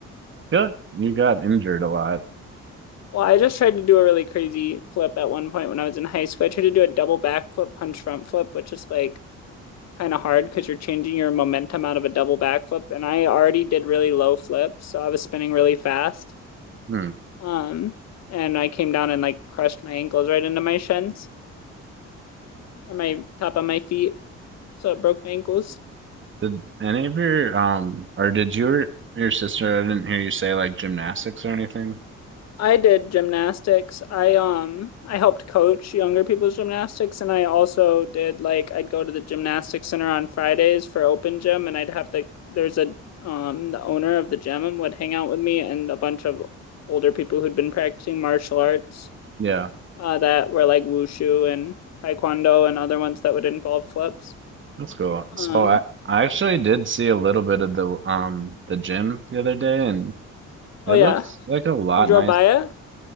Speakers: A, on the right (about 40°); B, on the left (about 60°).
A: Yeah, you got injured a lot.
B: Well, I just tried to do a really crazy flip at one point when I was in high school. I tried to do a double backflip, punch front flip, which is like kind of hard because you're changing your momentum out of a double backflip. And I already did really low flips, so I was spinning really fast.
A: Hmm.
B: Um, and I came down and like crushed my ankles right into my shins or my top of my feet, so it broke my ankles.
A: Did any of your um or did your your sister, I didn't hear you say like gymnastics or anything.
B: I did gymnastics. I um I helped coach younger people's gymnastics and I also did like I'd go to the gymnastics center on Fridays for open gym and I'd have the there's a um the owner of the gym would hang out with me and a bunch of older people who'd been practicing martial arts
A: Yeah,
B: uh that were like wushu and taekwondo and other ones that would involve flips.
A: that's cool.
B: Um
A: So I I actually did
B: yeah.
A: see a little bit of the um the gym the other day and it
B: Oh yeah.
A: looks like a lot
B: You drove
A: nice.
B: by it?